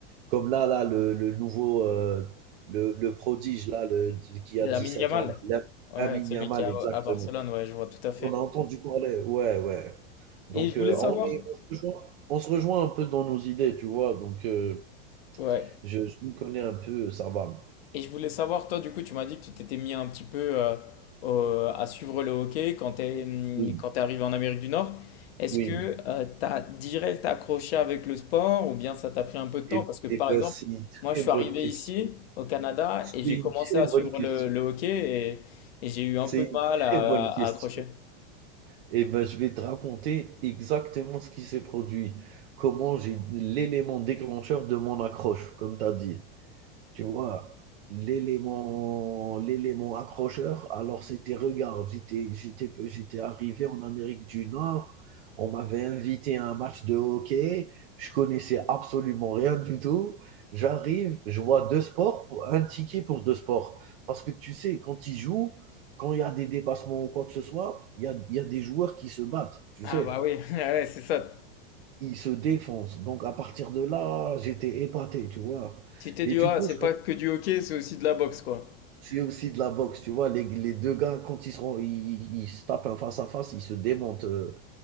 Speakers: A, on the right; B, on the left.
A: comme là là le le nouveau, heu, le le prodige là, le qui
B: Lamine
A: a dix sept
B: Yamal.
A: ans là, La
B: Ouais,
A: Lamine
B: celui
A: Yamal
B: qui est à,
A: exactement.
B: à Barcelone, ouais, je vois tout à fait.
A: on a entendu parler? Ouais, ouais. Donc
B: Et je voulais
A: heu,
B: savoir,
A: on est on se rejoint on se rejoint un peu dans nos idées, tu vois? Donc heu
B: Ouais.
A: je je m'y connais un peu, ça va.
B: Et je voulais savoir, toi, du coup, tu m'as dit que tu t'étais mis un petit peu euh, au- à suivre le hockey quand tu es
A: Oui,
B: quand t'es arrivé en Amérique du Nord. Est-ce
A: oui.
B: que euh, t'as direct accroché avec le sport ou bien ça t'a pris un peu de temps?
A: Et
B: Parce que, par
A: et ben,
B: exemple,
A: c'est une très
B: moi, je suis
A: bonne
B: arrivé
A: question.
B: ici, au Canada,
A: C'est
B: et j'ai
A: une
B: commencé
A: très
B: à
A: bonne
B: suivre
A: question.
B: le, le hockey et, et j'ai eu
A: C'est
B: un peu de
A: une
B: mal à,
A: très bonne question.
B: à accrocher.
A: Et ben, je vais te raconter exactement ce qui s'est produit. Comment j'ai l'élément déclencheur de mon accroche, comme tu as dit. Tu vois, l'élément, l'élément accrocheur, alors c'était, regarde, j'étais, j'étais, j'étais arrivé en Amérique du Nord, on m'avait invité à un match de hockey, je connaissais absolument rien du tout. J'arrive, je vois deux sports, un ticket pour deux sports. Parce que tu sais, quand ils jouent, quand il y a des dépassements ou quoi que ce soit, il y a, il y a des joueurs qui se battent, tu
B: Ah
A: sais.
B: bah oui, <laughs> ouais, c'est ça.
A: Ils se défoncent. Donc à partir de là, j'étais épaté, tu vois.
B: Tu t'es
A: Et
B: dit,
A: du
B: ah,
A: coup,
B: c'est
A: je
B: pas que du hockey, c'est aussi de la boxe, quoi.
A: C'est aussi de la boxe, tu vois? Les les 2 gars quand ils seront ils ils ils se tapent un face à face, ils se démontent, heu,